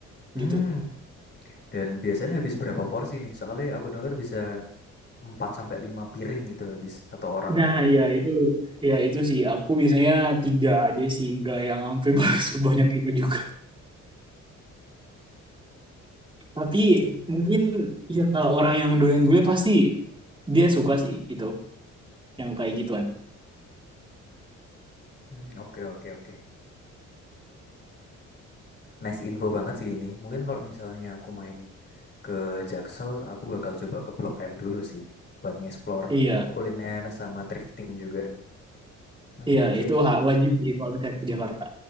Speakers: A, on the left (about 35°); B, on the right (about 15°).
A: hmm.
B: gitu.
A: Dan biasanya habis berapa porsi nih? Soalnya aku denger bisa 4 sampai 5 piring gitu habis satu orang
B: Nah,
A: gitu.
B: iya itu ya itu sih aku biasanya tiga aja sih gak yang sampai <laughs> sebanyak itu juga. Tapi
A: Hmm,
B: mungkin ya kalau orang yang doyan gulai pasti dia suka sih itu yang kayak gituan.
A: hmm, Oke, oke, oke. Nice info banget sih ini. Mungkin kalau misalnya aku main Ke Jaksel aku bakal coba ke Blok M dulu sih buat ngeksplor
B: Iya,
A: kuliner sama thrifting juga. Oke
B: iya
A: oke.
B: itu hak wajib sih kalau misalnya ke Jakarta.